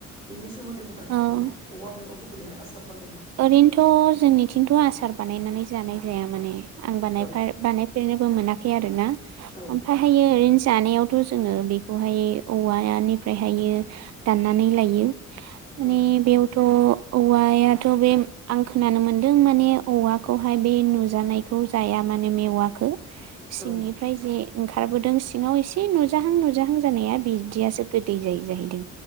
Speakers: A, on the left (about 20°); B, on the right (about 60°).
A: बिनि नि सोमोन्दै बुंनो हागोन
B: औ
A: ना औवा मेवाखौ बोरैहाय आसार बानायो?
B: ओरैनोथ' जोंनिथिंथ' आसार बानायनानै जानाय जाया माने। आं बानायफाय
A: औ
B: बानायफेरनोबो मोना फे आरो ना।
A: औ
B: ओमफाय हायो ओरैनो जानायावथ' जोङो बेखौहाय औवानिफ्रायहाय दाननानै लायो। माने
A: औ
B: बेयावथ' थ' औवायाथ' बे आं खोनानो मोनदों माने औवाखौहाय बे नुजानायखौ जाया माने मेवाखो सिंनिफ्राय
A: औ
B: जे ओंखारबोदों सिङाव एसे नुजाहां नुजाहां जानाया बिदियासो गोदै जायो जाहैदों।